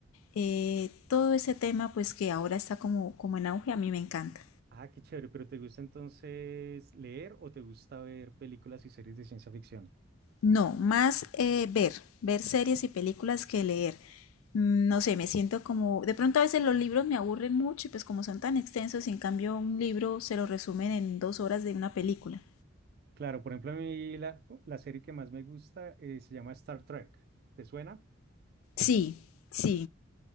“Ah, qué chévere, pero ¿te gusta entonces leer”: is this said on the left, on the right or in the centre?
Right